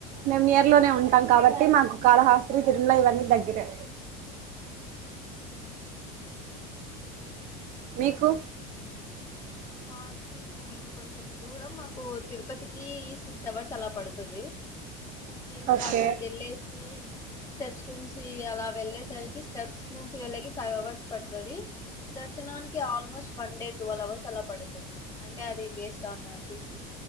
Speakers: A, on the right; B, on the left.
A: మేము ఇయర్ లోనే ఉంటాం
B: ఓకే
A: కాబట్టి మాకు కాళహాస్త్రి తిరుమల ఇవన్నీ దగ్గరే
B: అ
A: మీకు
B: మాది మేము కొంచెం దూరం మాకు తిరుపతికి సిక్స్ అవర్స్ అలా పడుతుంది అంటే ఇంకా
A: ఓకే
B: అక్కడికి వెళ్ళేసి స్టెప్స్ ఉంచి అలా వెళ్ళేసరి స్టెప్స్ నుంచి వెళ్ళ ఫైవ్ అవర్స్ పడుతుంది దర్శనానికి almost one day twelve hours అలా పడుతుంది అంటే అది బేస్డ్ ఆన్ పీక్